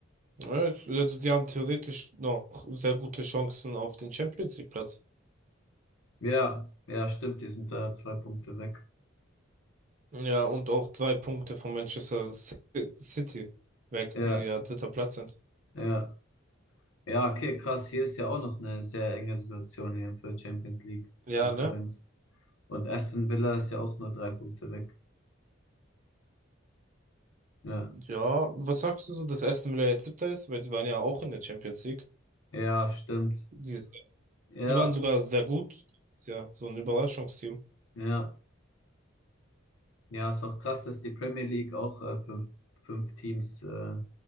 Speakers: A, on the right; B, on the left.
A: Ja, es- Also die haben theoretisch noch sehr gute Chancen auf den Champions League Platz.
B: Ja, ja, stimmt, die sind da zwei Punkte weg.
A: Ja, und auch drei Punkte von Manchester Ci- City weg,
B: Ja,
A: die ja dritter Platz sind.
B: ja, ja, okay, krass. Hier ist ja auch noch eine sehr enge Situation hier für Champions League
A: Ja,
B: Konkurrenz.
A: ne?
B: Und Aston Villa ist ja auch nur drei Punkte weg. Ja,
A: Ja, was sagst du so, dass Aston Villa jetzt siebter ist? Weil die waren ja auch in der Champions League.
B: ja, stimmt.
A: Die, ist,
B: Ja,
A: die waren sogar sehr gut. Ist ja so ein Überraschungsteam.
B: ja, ja, ist auch krass, dass die Premier League auch äh, fünf, fünf Teams äh,